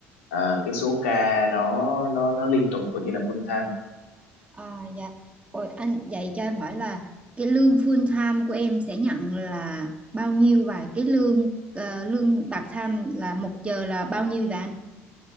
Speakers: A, on the left (about 85°); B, on the right (about 15°).
A: ờ, cái số ca nó nó nó liên tục cũng như là full-time
B: À, dạ. Ôi, anh vậy cho em hỏi là cái lương full time của em sẽ nhận là bao nhiêu và cái lương ờ, lương part time là một giờ là bao nhiêu vậy anh?